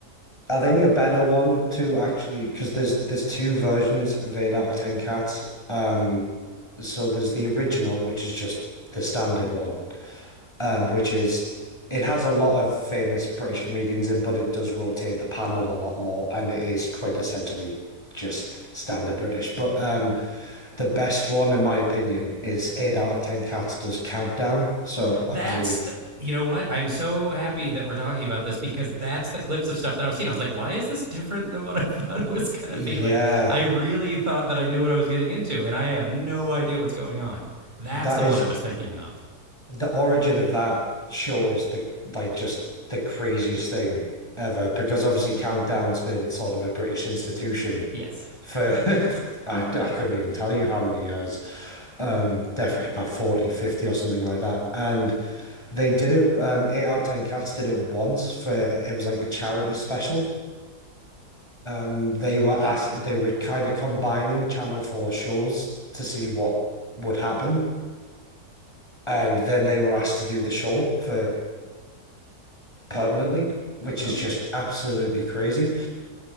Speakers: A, on the left; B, on the right.
A: I think a better one to actually because there's there's two versions of 8 out of 10 cats. Um so there's the original, which is just the standard one, um, which is it has a lot of famous British comedians in, but it does rotate the panel a lot more, and it is quintessentially just standard British. But um, the best one, in my opinion, is Eight Out of Ten Cats does Countdown. So
B: That's
A: I presume you've,
B: the. You know what? I'm so happy that we're talking about this because that's the clips of stuff that I was seeing. I was like, why is this different than what I <laughs> thought it was going to
A: yeah,
B: be? Like, I really thought that I knew what I was getting into, and I have no idea what's going on. That's
A: that
B: the one
A: is
B: I was thinking of.
A: the origin of that show is the like just the craziest thing ever because obviously Countdown's been sort of a British institution
B: Yes.
A: for <laughs> I, I couldn't even tell you how many years. um, definitely about 40, 50, or something like that. And they did it, um, 8 out of 10 Cats did it once for, it was like a charity special. They were asked, they were kind of combining Channel 4 shows to see what would happen. And then they were asked to do the show for permanently, which
B: Okay.
A: is just absolutely crazy.